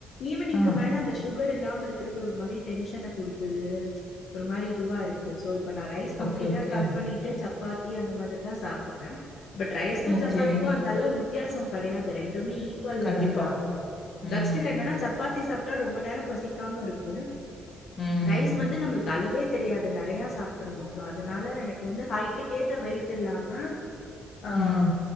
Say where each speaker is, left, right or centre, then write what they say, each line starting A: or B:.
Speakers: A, on the left; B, on the left.
A: ஈவ்னிங்கு
B: ஆ.
A: மேல அந்த சுகர் இல்லாம இருக்றது ஒரு மாரி டென்ஷன குடுக் க்குது ம்ச் ஒரு மாரி இதுவா இருக்கு சோ இப்ப நா ரைஸ் கம்ப்ளீட்டா
B: ஓகே, ஓகே.
A: கட் பண்ணிட்டு சப் பாத்தி அந்த மாதிரிதா சாப்ட்றே பட் ரைஸ்கு
B: ஓகே.
A: சப்பாத்திக்கு அந்த அளவு வித் வித்யாசோ கெடையாது ரெண் எல்லாமே ஈக்குவல்
B: கண்டிப்பா.
A: லெவல் தா
B: ம்,
A: தட்ஸ் ஸ்டில் என்னனா
B: ம்.
A: சப்பாத்தி சாப் ரொம்ப நேரோ பசிக்காம இருக்கு
B: ம்,
A: ரைஸ் வந்து நம்ளுக்கு அளவே தெரியாது நெறையா சாப்ட்டுருவோ சோ அதனால எனக்கு வந்து ஹைட்டுக்கேத்த வெயிட்டு இல்லாம ஆம்
B: ம்.